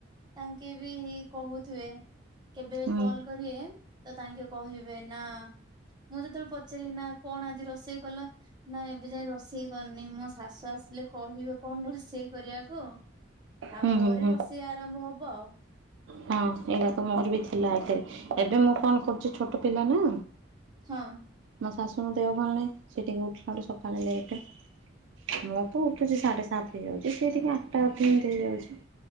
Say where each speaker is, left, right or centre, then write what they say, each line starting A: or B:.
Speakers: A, on the right; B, on the right.
A: ତାଙ୍କେ ବି କହୁଥୁବେ କେବେ
B: ହୁଁ
A: କଲ କରିବେ ତ ତାଙ୍କେ କହିବେ ନା ମୁଁ ଯେତବେଳେ ପଚାରିବି ନା କଣ ଆଜି ରୋଷେଇ କଲ? ନା ଏବେ ଯାଇ ରୋଷେଇ କରିନି ମୋ ଶାଶୁ ଆସି ଲେ କହିବେ କଣ ରୋଷେଇ କରିବାକୁ ତାପରେ
B: ହୁଁ ହୁଁ ହୁଁ।
A: ରୋଷେଇ ଆରମ୍ଭ ହବ ଆଉ।
B: ହଁ ଏଇଟା ତ ମୋର ବି
A: ହଁ
B: ଥିଲା ଏଥିରେ ଏବେ ମୁଁ କଣ କରୁଚି ଛୋଟ ପିଲା ନା
A: ହଁ।
B: ମୋ ଶାଶୁଙ୍କ ଦେହ ଭଲ ନାହିଁ ସେ ଟିକେ ଉଠିଲାଳୁ ସକାଳେ ଲେଟ। ମୁଁ ତ ଉଠୁଚି ସାଢେ ସାତ୍ ହେଇଯାଉଚି ସିଏ ଟିକେ ଆଟଟା <unintelligible> ହେଇ ଯାଉଚି।